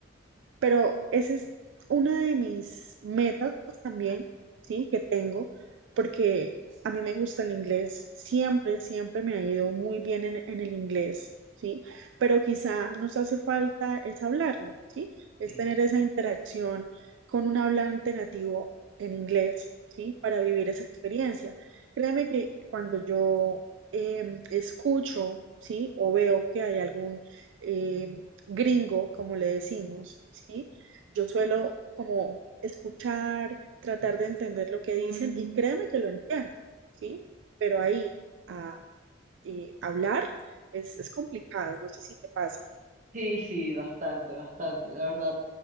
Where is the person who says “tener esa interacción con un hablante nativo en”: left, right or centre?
Right